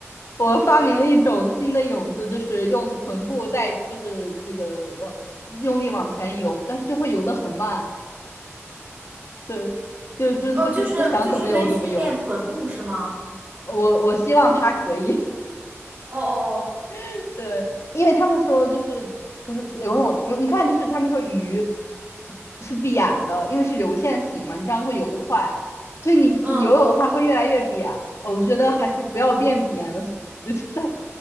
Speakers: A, on the left; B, on the right.
A: 我发明了一种新的泳姿，就是用臀部带，就是这个往用力往前游，但是就会游得很慢。对，就就就是就想怎么游怎么游。
B: 哦，就是就是可以训练臀部是吗？
A: 我我希望他可以，
B: 哦哦
A: <laughs> 对，因为他们说就是就是游泳游，你看就是他们说鱼是扁的，因为是流线型嘛，你这样会游得快，所以你你游泳的话会越来越扁。
B: 哦，嗯，
A: 呃我觉得还是不要变扁了，<laughs> 我就在